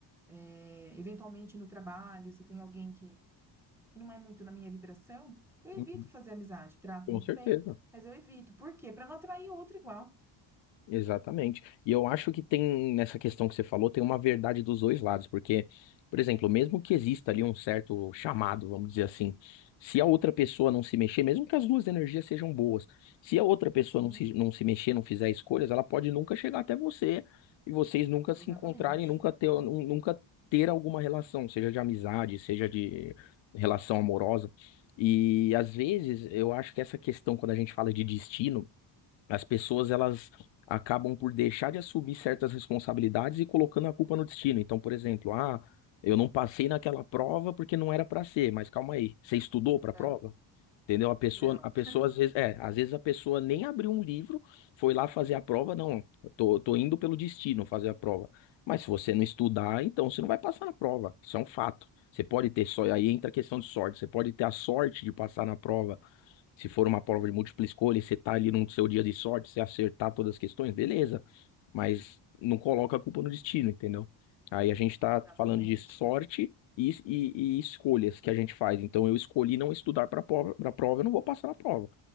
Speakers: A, in the centre; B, on the left.
A: é, eventualmente no trabalho, se tem alguém que, que não é muito na minha vibração, eu
B: Uhum.
A: evito fazer amizade. Trato
B: Com
A: muito
B: certeza.
A: bem, mas eu evito. Por quê? Para não atrair outro igual.
B: Exatamente. E eu acho que tem, nessa questão que você falou, tem uma verdade dos dois lados, porque, por exemplo, mesmo que exista ali um certo chamado, vamos dizer assim, se a outra pessoa não se mexer, mesmo que as duas energias sejam boas, se a outra pessoa
A: Sim,
B: não se, não se mexer, não fizer escolhas, ela pode nunca chegar até você e vocês nunca
A: exatamente.
B: se encontrarem, nunca ter, nun- nunca ter alguma relação, seja de amizade, seja de relação amorosa. E às vezes eu acho que essa questão, quando a gente fala de destino, as pessoas elas acabam por deixar de assumir certas responsabilidades e colocando a culpa no destino. Então, por exemplo, ah, eu não passei naquela prova porque não era para ser, mas calma aí, você estudou para a prova?
A: Né?
B: Entendeu? A pessoa,
A: Não,
B: a pessoa
A: <laughs>
B: às vezes, é, às vezes a pessoa nem abriu um livro, foi lá fazer a prova, não, eu tô, tô indo pelo destino fazer a prova. Mas se você não estudar, então você não vai passar na prova. Isso é um fato. Você pode ter só, aí entra a questão de sorte. Você pode ter a sorte de passar na prova se for uma prova de múltipla escolha, e você tá ali no seu dia de sorte, você acertar todas as questões, beleza. Mas não coloca a culpa no destino, entendeu? Aí a gente tá
A: exatamente.
B: falando de sorte e, e- e escolhas que a gente faz. Então eu escolhi não estudar para prova, para prova, eu não vou passar na prova,